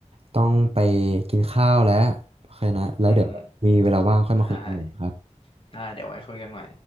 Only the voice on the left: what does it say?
อือฮึได้ได้เดี๋ยวไว้คุยกันใหม่